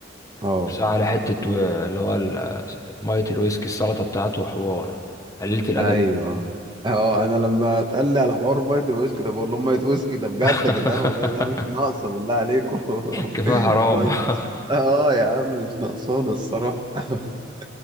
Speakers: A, on the right (about 25°); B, on the left (about 20°).
A: اه
B: بس على حتة و- اللي هو ال- مية الويسكي السلطة بتاعته حوار قليلة الأدب
A: ايوه اه انا لما اتقال لي على حوار ميه الويسكي ده بقول لهم ميه ويسكي ده بجد
B: <laughs>
A: يا جدعان والله لا مش ناقصه بالله عليكم
B: كفاية
A: <laughs>
B: حرام
A: ميه
B: <laughs>
A: ويسكي اه يا عم مش ناقصانا الصراحه <laughs>